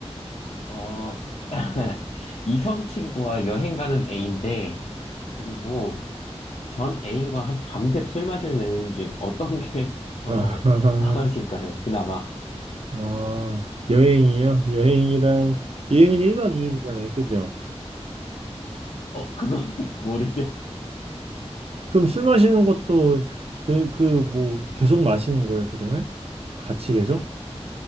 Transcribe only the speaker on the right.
아, <laughs>
아, 여행이요? 여행이랑, 여행은 1박 2일이잖아요. 그죠?
그럼 술 마시는 것도 그, 그, 뭐, 계속 마시는 거예요, 그러면? 같이 계속?